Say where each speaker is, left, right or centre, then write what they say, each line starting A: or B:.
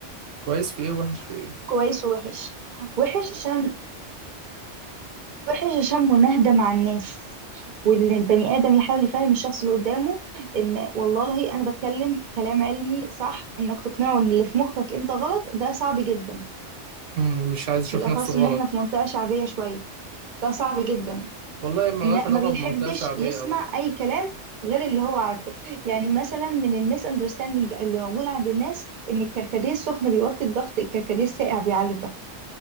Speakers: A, on the right; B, on the right.
A: كويس في ايه وحش في ايه؟
B: كويس ووحش وحش عشان وحش عشان مناهدة مع الناس وان البني ادم يحاول يفهم الشخص اللي قدامه ان والله انا بتكلم كلام علمي صح انك تقنعه ان اللي في مخك انت غلط ده صعب جدا
A: مم، مش عايز يشوف
B: بالاخص
A: نفسه غلط
B: ان احنا في منطقة شعبية شوية ده صعب جدا
A: والله ملهاش
B: ما,
A: علاقة
B: ما بيحبش
A: بمنطقة شعبية
B: يسمع
A: أو لا
B: اي كلام غير اللي هو عارفه يعني مثلا من الميس اندرستاندينج اللي موجود عند الناس ان الكركديه السخن بيوطي الضغط الكركديه الساقع بيعلي الضغط